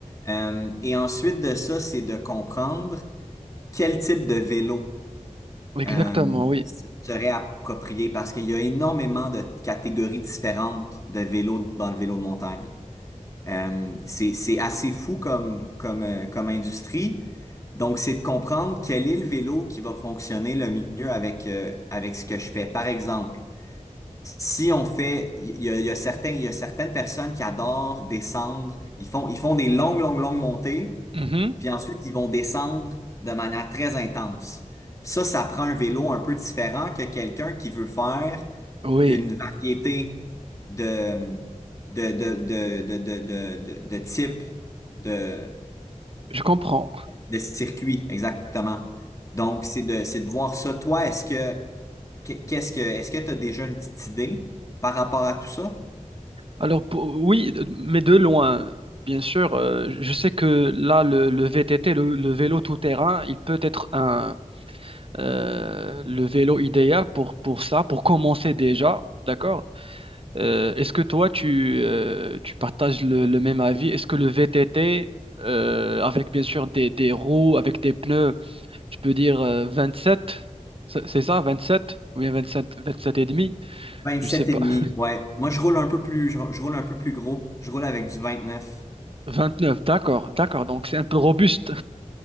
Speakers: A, on the left (about 25°); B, on the right (about 45°).
A: Euh, et ensuite de ça, c'est de comprendre quel type de vélo
B: Exactement,
A: euh,
B: oui.
A: se réapproprier parce qu'il y a énormément de catégories différentes de vélos dans le vélo de montagne. Euh, c'est, c'est assez fou comme, comme, euh, comme industrie. Donc, c'est de comprendre quel est le vélo qui va fonctionner le mieux avec, euh, avec ce que je fais. Par exemple, si on fait, il y a, il y a certains, il y a certaines personnes qui adorent descendre, ils font, ils font des longues, longues, longues montées
B: Mhm.
A: puis ensuite, ils vont descendre de manière très intense. Ça, ça prend un vélo un peu différent que quelqu'un qui veut faire
B: Oui,
A: une variété de, de, de, de, de, de, de, de- de type de,
B: je comprends.
A: de circuit, exactement. Donc, c'est de, c'est de voir ça. Toi, est-ce que, qu'est- qu'est-ce que, est-ce que tu as déjà une petite idée par rapport à tout ça?
B: Alors, pour- oui, mais de loin, bien sûr. euh, je sais que là, le, le VTT, le, le vélo tout-terrain, il peut être un, euh, le vélo idéal pour, pour ça, pour commencer déjà, d'accord? Euh, est-ce que toi, tu, euh, tu partages le, le même avis? Est-ce que le VTT, euh, avec bien sûr des, des roues, avec des pneus, je peux dire euh, 27, c'est c'est ça, 27? Ou bien 27, 27 et demi?
A: 27
B: Je sais pas.
A: et demi,
B: <laughs>
A: ouais. Moi, je roule un peu plus, je, je roule un peu plus gros. Je roule avec du 29.
B: 29, d'accord, d'accord. Donc c'est un peu robuste